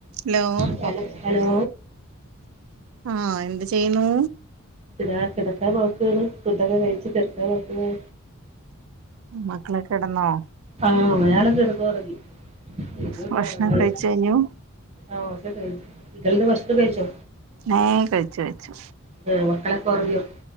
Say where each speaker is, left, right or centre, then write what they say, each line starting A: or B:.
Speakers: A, on the right; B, on the right.
A: Hello
B: hello hello
A: ആഹ് എന്ത് ചെയ്യുന്നൂ
B: പ്പതാ കെടക്കാൻ നോക്കാണ് ഫുഡ്ഡൊക്കെ കഴിച്ച് കെട്ക്കാൻ നോക്കാണ്
A: മക്കളൊക്കെടന്നോ?
B: ആഹഒരാൾ കിടന്നുറങ്ങി ഇഞ്ഞു
A: ഭക്ഷണം
B: <unintelligible>
A: കഴിച്ചു കഴിഞ്ഞു
B: ആഹ ഒക്കെ കഴിഞ്ഞു ഇങ്ങൾ ഭക്ഷണം കഴിച്ചോ?
A: ഹേ കഴിച്ചു കഴച്ചു.
B: എ മക്കളൊക്കെ ഉറങ്ങിയോ?